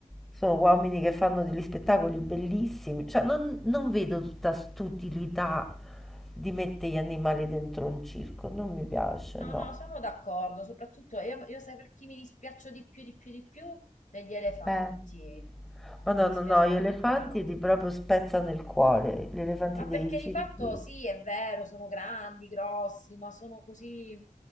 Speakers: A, in the centre; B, on the left.
A: sono uomini che fanno degli spettacoli bellissimi, cioè non, non vedo tutta st'utilità di mettere gli animali dentro un circo, non mi piace,
B: No,
A: no.
B: no, sono d'accordo, soprattutto io, io sai per chi mi dispiaccio di più, di più, di più? Per gli elefanti.
A: Eh, Ma
B: Mi
A: no,
B: dispiace
A: no, no,
B: veramente
A: gli elefanti
B: tanto.
A: ti proprio spezzano il cuore, gli elefanti
B: Ma
A: dei
B: perché
A: circhi.
B: di fatto sì, è vero, sono grandi, grossi, ma sono così